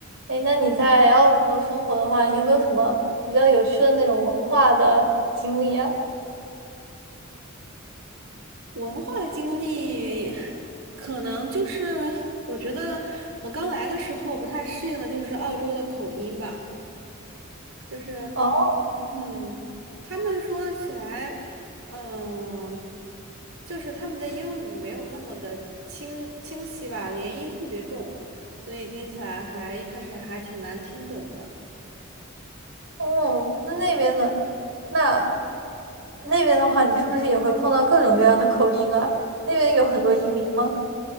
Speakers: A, on the right (about 65°); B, on the right (about 85°).
A: 哎，那你在澳洲生活的话，你有没有什么比较有趣的那种文化的经历啊？
B: 文化经历，可能就是我觉得我刚来的时候不太适应的就是澳洲的口音吧，就是
A: 哦，嗯，
B: 嗯，他们说起来，嗯，就是他们的英语没有那么的清清晰吧，连音特别重，所以听起来还一开始还挺难听懂的。
A: 哦，那那边的，那那边的话，你是不是也会碰到各种各样的口音啊？那边有很多移民吗？